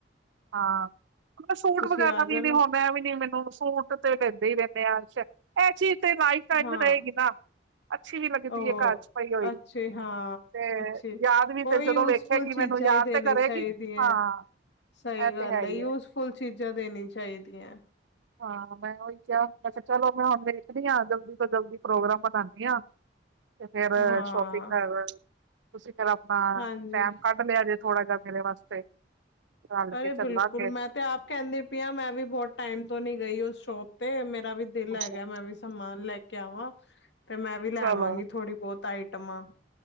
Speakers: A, on the right; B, on the left.
A: ਹਾਂ, ਸੂਟ
B: ਤੁਸੀਂ
A: ਵਗੈਰਾ
B: ਆ ਜਾਣਾ
A: ਵੀ ਨ ਹੁੰਦਾ ਵੀ ਨੀ ਮੈਨੂੰ ਸੂਟ ਤੇ ਲੈਂਦੇ ਹੀ ਰਹਿੰਦੇ ਆ। ਇਹ ਚੀਜ਼ ਤੇ ਲਾਈਫ ਟਾਈਮ
B: ਹਾਂ
A: ਰਹੇਗੀ ਨਾ। ਅੱਛੀ ਵੀ ਲੱਗਦੀ
B: ਉਹ
A: ਏ ਘਰ ਚ ਪਈ ਹੋਈ।
B: ਅੱਛੇ ਹਾਂ
A: ਤੇ
B: ਅੱਛੇ
A: ਯਾਦ ਵੀ
B: ਉਹ
A: ਤੇ
B: ਯੂਜਫੁਲ
A: ਜਦੋਂ ਵੇਖੇਗੀ ਮੈਨੂੰ
B: ਚੀਜ਼ਾਂ
A: ਯਾਦ
B: ਹੀ ਦੇਣੀ
A: ਤੇ ਕਰੇਗੀ
B: ਚਾਹੀਦੀਆਂ।
A: ਹਾਂ।
B: ਸਹੀ
A: ਇਹ
B: ਗੱਲ
A: ਤੇ ਹੈ ਹੀ
B: ਏ ਯੂਜਫੁਲ
A: ਹੈ
B: ਚੀਜ਼ਾਂ ਦੇਣੀ ਚਾਹੀਦੀਆਂ।
A: ਹਾਂ, ਮੈਂ ਉਹੀ ਕਿਹਾ ਮੈਂ ਚਲੋ ਮੈਂ ਹੁਣ ਵੇਖਦੀ ਹਾਂ ਜਲਦੀ ਤੋਂ ਜਲਦੀ ਪ੍ਰੋਗਰਾਮ ਬਨਾਨੀ ਆ। ਤੇ ਫੇਰ
B: ਹਾਂ
A: ਸ਼ੋਪਿੰਗ ਕਰ ਤੁਸੀਂ ਫੇਰ ਆਪਣਾ
B: ਹਾਂਜੀ
A: ਟੈਮ ਕੱਡ ਲਿਆ ਜੇ ਥੋੜਾ ਜਿਆ ਮੇਰੇ ਵਾਸਤੇ ਰਲ
B: ਅਰੇ
A: ਕੇ ਚੱਲਾਂਗੇ।
B: ਬਿਲਕੁਲ ਮੈਂ ਤੇ ਆਪ ਕਹਿੰਦੀ ਪੀਆਂ ਮੈਂ ਵੀ ਬਹੁਤ ਟਾਈਮ ਤੋਂ ਨੀ ਗਈ ਉਸ ਸ਼ੋਪ ਤੇ ਮੇਰਾ ਵੀ ਦਿਲ
A: ਅੱਛਾ।
B: ਹੈਗਾ ਮੈਂ ਵੀ ਸਮਾਨ ਲੈ ਕੇ ਆਵਾਂ ਤੇ ਮੈਂ ਵੀ ਲੈਵਾਂਗੀ
A: ਚਲੋ,
B: ਥੋੜ੍ਹੀ ਬਹੁਤ ਆਈਟਮਾਂ।